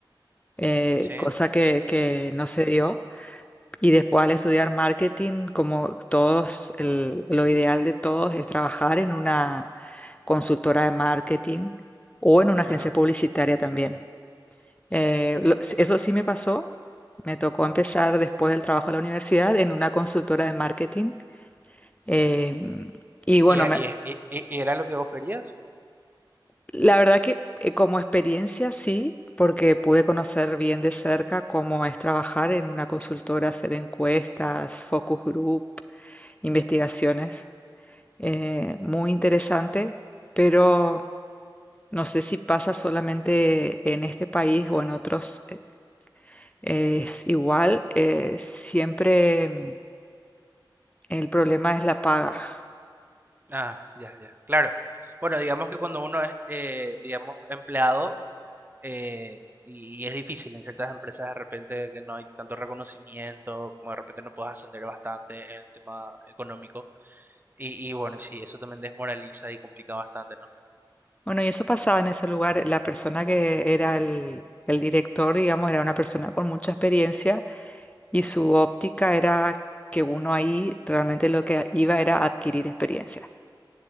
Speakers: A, on the left (about 15°); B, on the right (about 25°).
A: Eh,
B: Sí,
A: cosa que, que no se dio. Y después al estudiar marketing, como todos, el- lo ideal de todos es trabajar en una consultora de marketing o en una agencia
B: ajá.
A: publicitaria también. Eh, lo- s- eso sí me pasó. Me tocó empezar después del trabajo de la universidad en una consultora de marketing. Eh, y
B: ¿Y,
A: bueno,
B: y-
A: me-
B: y- y- y- era lo que vos querías?
A: la verdad que eh, como experiencia sí, porque pude conocer bien de cerca cómo es trabajar en una consultora, hacer encuestas, focus group, investigaciones. eh, muy interesante, pero no sé si pasa solamente en este país o en otros. eh, eh, Es igual, eh, siempre mm, el problema es la paga. <laughs>
B: Ah, ya, ya, claro. Bueno, digamos que cuando uno es, eh, digamos, empleado, eh, y, y es difícil en ciertas empresas de repente que no hay tanto reconocimiento, como de repente no puedes ascender bastante en el tema económico. Y, y bueno, sí, eso también desmoraliza y complica bastante, ¿no?
A: Bueno, y eso pasaba en ese lugar. La persona que era el, el director, digamos, era una persona con mucha experiencia y su óptica era que uno ahí realmente lo que iba era adquirir experiencia,